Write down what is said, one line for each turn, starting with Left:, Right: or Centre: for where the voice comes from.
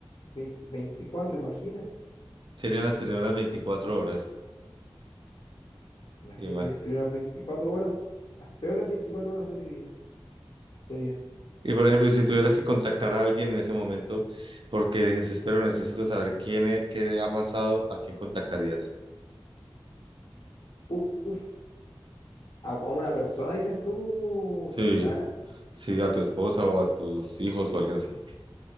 Left: veinte veinticuatro imagínate.
Right: Serían las primeras 24 horas.
Left: Imagínate
Right: Y, ma-
Left: las primeras 24 horas, las peores 24 horas de mi vida serían.
Right: y, por ejemplo, si tuvieras que contactar a alguien en ese momento, porque desespero, necesito saber quién es, qué le ha pasado, ¿a quién contactarías?
Left: Uf, a, a una persona, dices tú,
Right: Sí.
Left: cercana.
Right: Sí, a tu esposa o a tus hijos o alguien así.